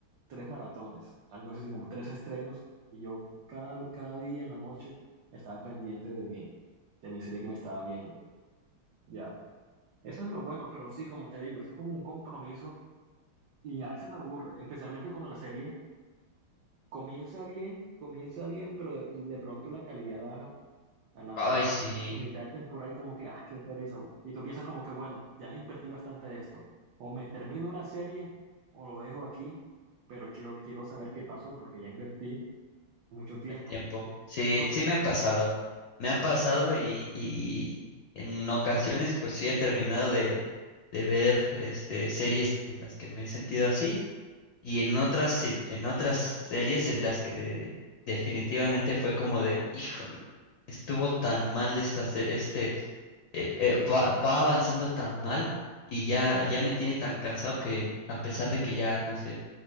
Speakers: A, on the right; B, on the left.
A: tres maratones, algo así como tres estrenos y yo cada, cada día en la noche estaba pendiente de mi, de mi serie que me estaba viendo. Ya. Eso es lo bueno, pero sí, como te digo, eso es como un compromiso y a veces te aburre, especialmente cuando la serie comienza bien, comienza bien, pero de, de pronto la calidad baja a la,
B: Ay, sí,
A: en mitad de temporada y como que, ah, qué pereza. Y tú piensas como que, bueno, ya le invertí bastante de esto. O me termino la serie o lo dejo aquí, pero quiero, quiero saber qué pasó porque ya invertí mucho tiempo.
B: el tiempo. Sí,
A: ¿No crees?
B: sí me ha pasado. Me ha pasado y, y en ocasiones pues sí he terminado de, de ver este, series en las que me he sentido así. Y en otras, si- en otras series en las que de- definitivamente fue como de, híjole, estuvo tan mal esta, se- este, eh, eh, va, va avanzando tan mal y ya, ya me tiene tan cansado que a pesar de que ya, no sé,